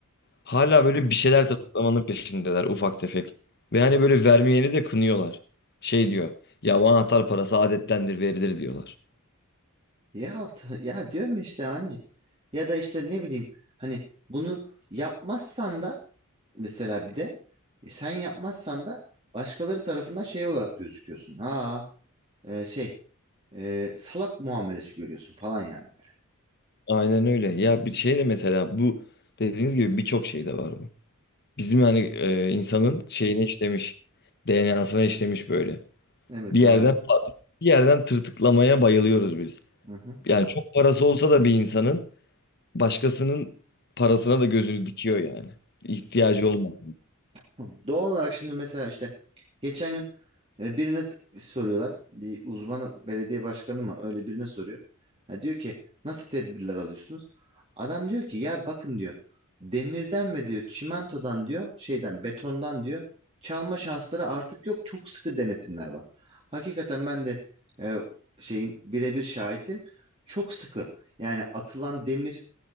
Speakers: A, on the left (about 50°); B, on the right (about 25°).
A: Hala böyle
B: Evet.
A: bir şeyler tırtıklamanın peşindeler ufak tefek. Ve hani böyle vermeyeni de kınıyorlar. Şey diyor. Ya bu anahtar parası adettendir verilir diyorlar.
B: Ya t- ya diyorum ya işte hani ya da işte ne bileyim hani bunu yapmazsan da mesela bir de e, sen yapmazsan da başkaları tarafından şey olarak gözüküyorsun. Ha e, şey e, salak muamelesi görüyorsun falan yani böyle.
A: Aynen öyle. Ya bir şey de mesela bu dediğiniz gibi birçok şey de var bu. Bizim yani e, insanın şeyine işlemiş. DNA'sına işlemiş böyle.
B: Evet
A: Bir
B: maalesef.
A: yerden Bir yerden tırtıklamaya bayılıyoruz biz.
B: Hı hı.
A: Yani çok parası olsa da bir insanın başkasının parasına da gözünü dikiyor yani. İhtiyacı olmaz
B: Tamam. Doğal olarak şimdi mesela işte geçen gün e, birine t- soruyorlar. Bir uzman belediye başkanı mı öyle birine soruyor. Ha, diyor ki nasıl tedbirler alıyorsunuz? Adam diyor ki ya bakın diyor demirden ve diyor çimentodan diyor şeyden betondan diyor çalma şansları artık yok. Çok sıkı denetimler var. Hakikaten ben de e, şeyin birebir şahidim. Çok sıkı. Yani atılan demir